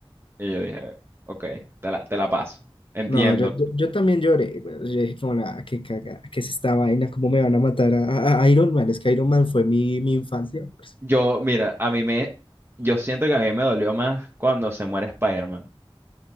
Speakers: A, on the right; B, on the left.
A: Y yo dije, ok, te la, te la paso. Entiendo.
B: No, yo, yo, yo también lloré, güey. Yo dije como la que caga, que es esta vaina, cómo me van a matar a, a- a Iron Man. Es que Iron Man fue mi, mi infancia. pues.
A: Yo, mira, a mí me, yo siento que a mí me dolió más cuando se muere Spider-Man.